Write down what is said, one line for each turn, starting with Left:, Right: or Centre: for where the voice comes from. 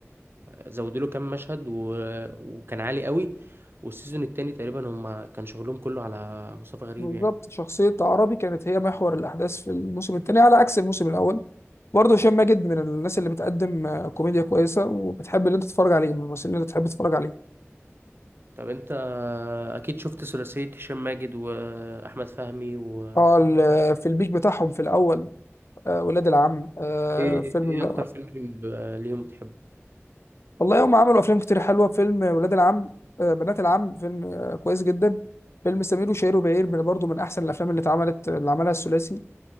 Right: زودوا له كام مشهد و... وكان عالي قوي والسيزون التاني تقريبا هم كان شغلهم كله على مصطفى غريب
Left: بالظبط
Right: يعني
Left: شخصية عربي كانت هي محور الأحداث في الموسم الثاني على عكس الموسم الأول برضه هشام ماجد من الناس اللي بتقدم آه، كوميديا كويسة وبتحب اللي أنت تتفرج عليه من الممثلين اللي تحب تتفرج عليه
Right: طب انت اكيد شفت ثلاثية هشام ماجد واحمد فهمي و
Left: اه ال- في البيك بتاعهم في الأول آه، ولاد العم آه،
Right: ايه
Left: فيلم
Right: ايه اكتر
Left: ال-
Right: فيلم ليهم ليهم بتحبه
Left: والله هم عملوا أفلام كتير حلوة فيلم ولاد العم آه، بنات العم فيلم آه، كويس جدا فيلم سمير وشهير وبهير من برضه من أحسن الأفلام اللي اتعملت اللي عملها الثلاثي